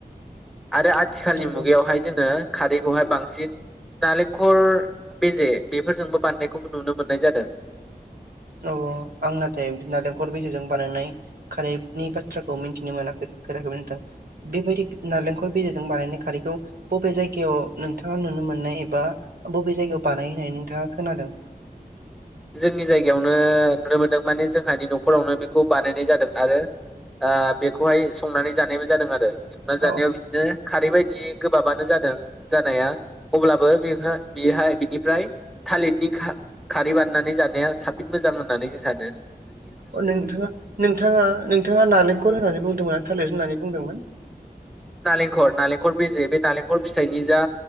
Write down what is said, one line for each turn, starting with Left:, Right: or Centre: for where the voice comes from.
Centre: आरो आथिखालनि
Right: नंगौ
Centre: मुगायावहाय
Right: नंगौ
Centre: जोङो खारैखौहाय बांसिन नालेंखर बेजे बेफोरजोंबो बानायनायखौबो नुनो मोननाय जादों।
Right: अह आं नाथाय नालेंखर बेेजेजों बानायनाय खारैनि बाथ्राखौ मिन्थिनो मोनाखै। <unintelligible> नोंथां बेबायदि नालेंखर बेजेजों बानायनाय खारैखौ बबे जायगायाव नोंथाङा नुनो मोननाय एबा बबे जायगायाव बानायहोनाय नोंथाङा खोनादों?
Centre: जोंनि जायगायावनो नुनो मोनदों माने जोंहानि न'खरावनो बेखौ बानायनाय जादों आरो आ बेखौहाय संनानै जानायबो जादों आरो । संना जानायाव
Right: औ
Centre: बिदिनो खारै बादि गोबाबानो जादों जानाया अब्लाबो बेवहो बेहाय बिनिफ्राय थालिरनि खा-खारै बाननान नै जानाया साबसिन मोजां होननानै जों सानो ।
Right: अ नोंथाङा नोंथाङा नोंथाङा नालेंखर होननानै बुंदोंमोन थालिर होननानै बुंदोंमोन?
Centre: नालेंखर नालेंखर बिजे बे नालेंखर फिथाइनि जा